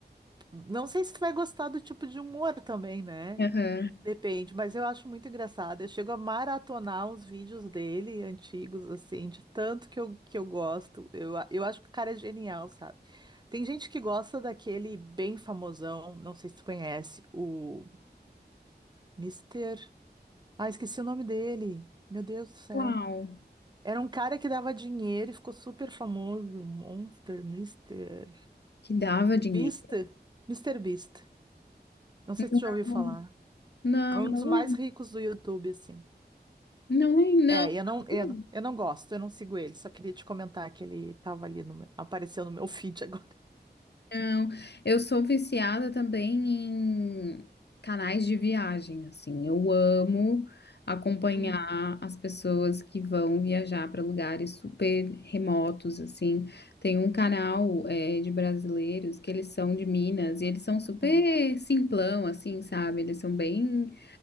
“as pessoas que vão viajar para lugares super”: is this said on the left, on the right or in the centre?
Left